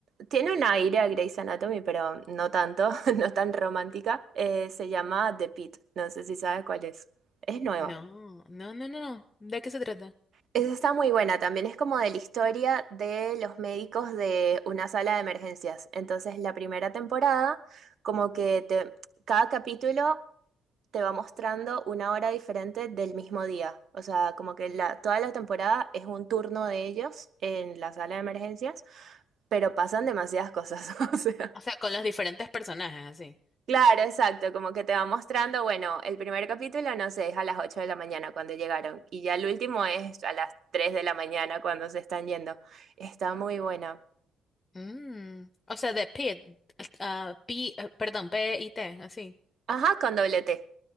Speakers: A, on the right (about 50°); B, on the left (about 25°).
A: tiene un aire a Grey's Anatomy, pero no tanto, <laughs> no tan romántica, eh, se llama The Pitt. No sé si sabes cuál es. Es nueva.
B: No, no, no, no, no. ¿De qué se trata?
A: Esa está muy buena, también es como de la historia de los médicos de una sala de emergencias. Entonces, la primera temporada, como que te- cada capítulo te va mostrando una hora diferente del mismo día. O sea, como que la, toda la temporada es un turno de ellos en la sala de emergencias, pero pasan demasiadas cosas. <laughs> O sea.
B: O sea, con los diferentes personajes, así.
A: Claro, exacto, como que te va mostrando, bueno, el primer capítulo no sé, es a las 8 de la mañana cuando llegaron y ya el último es a las 3 de la mañana cuando se están yendo. Está muy buena.
B: Mm, O sea, de Pit, ah, P, ah, perdón, P-I-T, así.
A: Ajá, con doble T.